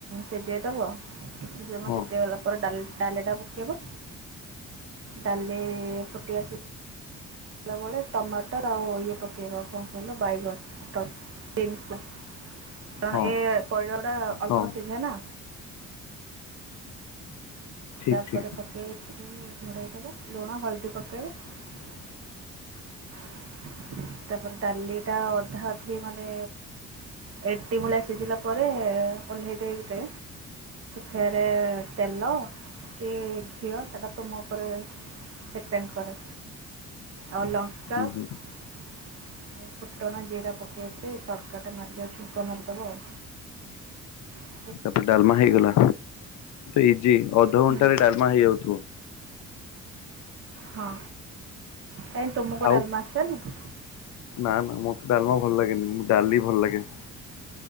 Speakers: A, on the right; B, on the left.
A: ସିଝେଇଦବ କିଛି ସମୟ
B: ହଁ
A: ସିଝେଇ ଗଲା ପରେ ଡା ଡାଲିଟା ପକେଇବ ଡାଲି ଫୁଟି ଆସ ବଲାବେଳେ ଟମାଟର ଆଉ ଇଏ ପକେଇବା କଣ କହିଲୁ ବାଇଗଣଟ <unintelligible>
B: ହଁ
A: ଏ ପରିବା ଗୁଡା ଅଳ୍ପ
B: ହଁ
A: ସିଝେ ନା
B: ଠିକ
A: ତାପରେ
B: ଠିକ
A: ପକେଇକିରି ଗଡ଼େଇ ଦେବ ଲୁଣ ହଳଦୀ ପକେଇବ ତାପରେ ଡାଲି ଟା ଅଧା ଅଧି ମାନେ ଏଟି ମୂଳିଆ ସିଝିଲା ପରେ ଓହ୍ଲେଇ ଦେଇରେ ଫେରେ ତେଲ କି ଘିଅ ସେଇଟା ତୁମ ଉପରେ ଡିପେଣ୍ଡ କରେ ଆଉ ଲଙ୍କା
B: ହୁଁ
A: କା
B: ହୁଁ
A: ଆଉ ଫୁଟଣ ଜିରା ପକେଇବେ ତଡ଼କାଟା ମାରିଯାଉ ଛୁଙ୍କ ମାରିଦେବ ଆଉ <inaudible>
B: ତାପରେ ଡାଲମା ହେଇଗଲା ଇଜି ଅଧଘଣ୍ଟାରେ
A: ହୁଁ
B: ଡାଲମା ହେଇଯାଉଥିବ
A: ହଁ କାଇଁ ତୁମକୁ
B: ଆଉ
A: ଡାଲମା ଆସେନି କି
B: ନା ନା ମତେ ଡାଲମା ଭଲ ଲାଗେନି ମୁଁ ଡାଲି ଭଲ ଲାଗେ